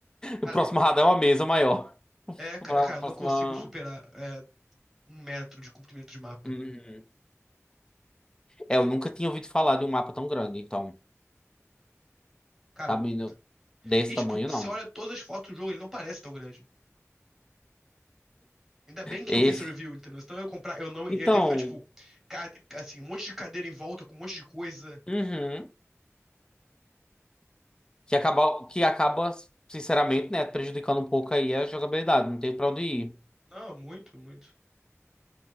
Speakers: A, in the centre; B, on the left.
A: Cara,
B: O próximo radar é uma mesa maior. <laughs>
A: é, cara,
B: Pra-
A: cara,
B: Próxima.
A: eu não consigo superar é, um metro de comprimento de mapa.
B: Uhum. É, eu nunca tinha ouvido falar de um mapa tão grande, então,
A: Cara,
B: sabe, no- desse
A: e tipo,
B: tamanho
A: se
B: não.
A: olha todas as fotos do jogo, ele não parece tão grande. Ainda bem que
B: Esse.
A: eu vi essa review, entendeu? Senão eu ia comprar, eu não, eu
B: Então,
A: ia ter que ficar, tipo, ca- assim, um monte de cadeira em volta, com um monte de coisa.
B: uhum. Que acaba, que acaba, sinceramente, né, prejudicando um pouco aí a jogabilidade. Não tem pra onde ir.
A: Não, muito, muito.